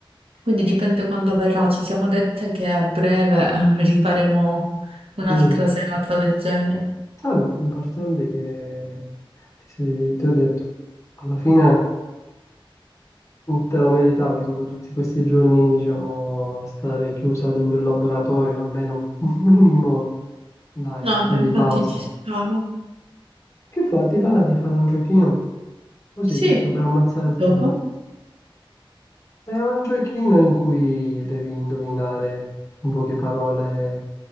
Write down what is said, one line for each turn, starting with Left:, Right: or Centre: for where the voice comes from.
Right: quindi dipende quando verrà. Ci siamo dette che a breve eh, rifaremo un'altra
Left: Mm.
Right: serata del genere.
Left: Vabbè, l'importante è che ti, sei- ti ho detto, alla fine te lo meritavi dopo tutti questi giorni, diciamo, a stare chiusa dentro il laboratorio, almeno un <laughs> minimo, dai,
Right: No,
Left: di
Right: beh, infatti
Left: pausa.
Right: ci stavo.
Left: Che fa? Ti fa di fare un giochino? Così,
Right: Sì,
Left: giusto per ammazzare
Right: Dopo?
Left: il tempo. È un giochino in cui devi indovinare in poche parole